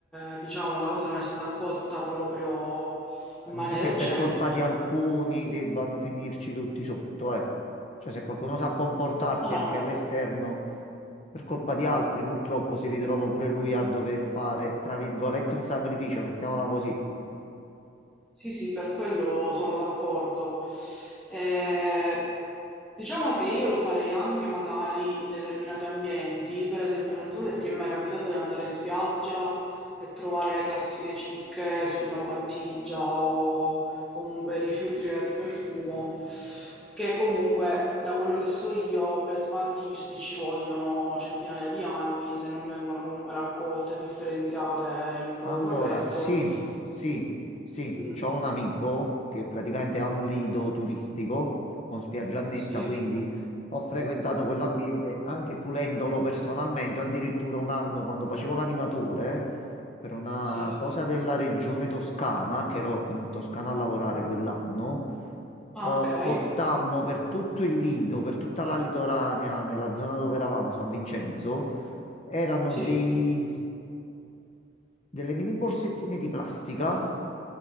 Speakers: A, in the centre; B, on the left (about 35°).
A: eh, diciamo la cosa non è stata accolta proprio in
B: Ma Non
A: maniera
B: è che
A: eccelsa.
B: per colpa di alcuni debbano finirci tutti sotto, eh. Cioè, se qualcuno sa comportarsi
A: No,
B: anche
A: no.
B: all'esterno, per colpa di altri purtroppo si ritrova pure lui a dover fare, tra virgolette, un sacrificio, mettiamola così.
A: Sì, sì, per quello sono d'accordo. Eh, diciamo che io lo farei anche magari in determinati ambienti, per esempio, non so se ti è mai capitato di andare in spiaggia e trovare le classiche cicche sulla battigia o comunque rifiuti relativi al fumo, che comunque, da quello che so io, per smaltirsi ci vogliono centinaia di anni se non vengono comunque raccolte e differenziate in modo
B: Allora,
A: corretto.
B: sì, sì, sì,
A: Mm,
B: c'ho un amico che praticamente ha un lido turistico con spiaggia annessa,
A: Sì.
B: quindi ho frequentato quell'ambiente anche pulendolo personalmente, addirittura un anno quando facevo l'animatore per una
A: Sì.
B: cosa della regione Toscana, che ero in Toscana a lavorare quell'anno,
A: Ah,
B: eh,
A: okay.
B: portammo per tutto il lido, per tutta la litoranea, nella zona dove eravamo, San Vincenzo, erano
A: Sì,
B: dei delle mini borsettine di plastica